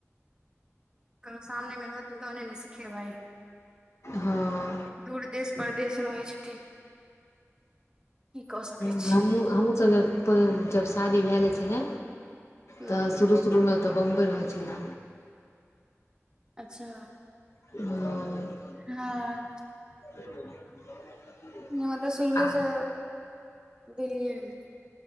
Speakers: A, on the right; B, on the left.
A: कभी सामने मे रहथिन तहने ने सिखेबै।
B: हँ
A: दूर देश परदेश रहै छथिन की कऽ सकै छी।
B: हम हमहुँ सब जब शादी भेले छलै
A: ह
B: तऽ शुरू शुरूमे तऽ बम्बइ रहै छला।
A: अच्छा।
B: ओ।
A: हँ।
B: <inaudible>
A: हमरा तऽ शुरूए
B: आ
A: सऽ दिल्लीए मे।